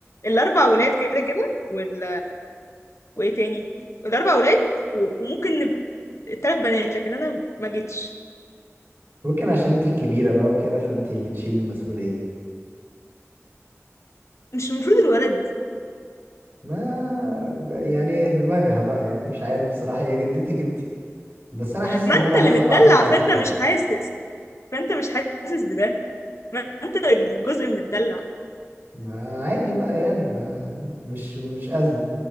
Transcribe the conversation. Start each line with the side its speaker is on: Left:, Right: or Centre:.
Left: الاربع ولاد كده كده وال... وايه تاني الاربع ولاد و- وممكن نب- التلات بنات لكن انا ما جيتش
Right: ممكن عشان انت الكبيرة بقى وكده فانت اللي تشيل المسؤولية
Left: مش المفروض الولد
Right: ما يعني دماغها بقى يعني مش عارف بصراحة هي جدتك انت بس انا حاسس
Left: ما
Right: ان
Left: انت
Right: انا عايز
Left: اللي متدلع
Right: اتعرف على
Left: فانت
Right: تيتا
Left: مش حاسس فانت مش حاسس بده ما انت جزء من متدلع
Right: ما عادي بقى يعني ما مش مش ازمة